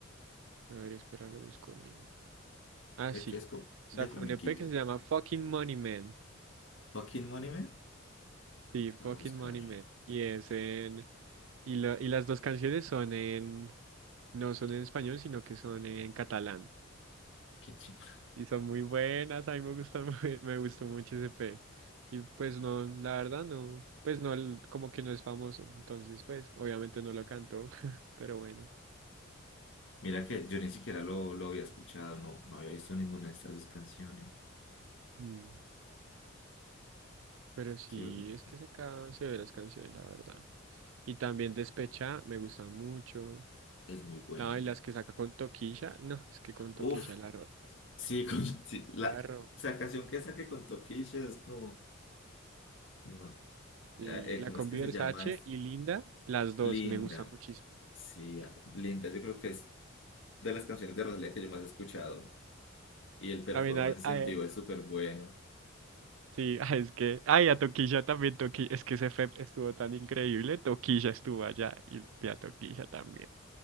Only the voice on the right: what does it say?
A ver, espera, lo busco bien. Ah,
sí.
Sacó
un EP que se llama Fucking Money Man.
Sí, Fucking
Money Man. Y es en... Y, la- y las dos canciones son en... No son en español, sino que son en catalán.
Y son muy buenas, a mí me gustan, mu- <laughs> me gustó mucho ese P. Y pues no, la verdad no, pues no, l- como que no es famoso. Entonces, pues, obviamente no lo cantó, <laughs> pero bueno.
Mm. Pero sí,
es que sacaban severas canciones, la verdad. Y también Despecha, me gusta mucho.
La, y las que saca con Toquilla, no, es que con
Toquilla la, ro-
la rompe.
Y
la
combi
Versace
y Linda, las dos
me gustan muchísimo.
También hay, hay-
sí, <laughs> es que, ay, a Toquilla también, Toquilla, es que ese FEP estuvo tan increíble, Toquilla estuvo allá y y a Toquilla también.